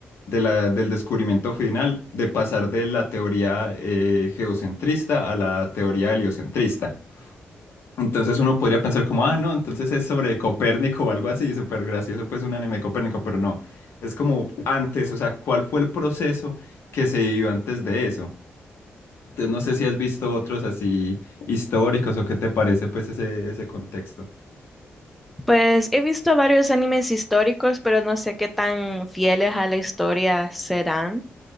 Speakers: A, on the left; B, in the centre.
A: de la, del descubrimiento final, de pasar de la teoría eh, geocentrista a la teoría heliocentrista. Entonces uno podría pensar como, ah, no, entonces es sobre Copérnico o algo así, súper gracioso, pues un anime de Copérnico, pero no, es como antes, o sea, ¿cuál fue el proceso que se vivió antes de eso? Entonces no sé si has visto otros así históricos o qué te parece pues ese, ese contexto.
B: Pues he visto varios animes históricos, pero no sé qué tan fieles a la historia serán